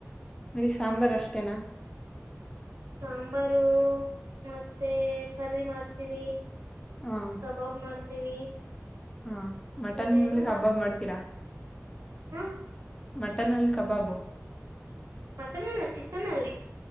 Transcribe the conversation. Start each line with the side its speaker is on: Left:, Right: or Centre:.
Left: ಅರಿ ಸಾಂಬಾರ್ ಅಷ್ಟೇನಾ
Right: ಸಾಂಬಾರು ಮತ್ತೆ ಕರಿರ ಮಾಡ್ತೀವಿ
Left: ಹಾ
Right: ಕಬಾಬ್ ಮಾಡ್ತ ತಿವಿ
Left: ಹಾ ಮಟನ್
Right: ಹಿಂಗೆಲ್ಲ
Left: ಹಗ್ ಹಬ್ಬ ಹಬ್ ಮಾಡ್ತೀರಾ
Right: ಹ
Left: ಮಟನ್ ಅಲ್ಲಿ ಕಬಾಬು
Right: ಮಟನ್ ಅಲ್ಲ ಚಿಕನ್ಲ್ಲಿ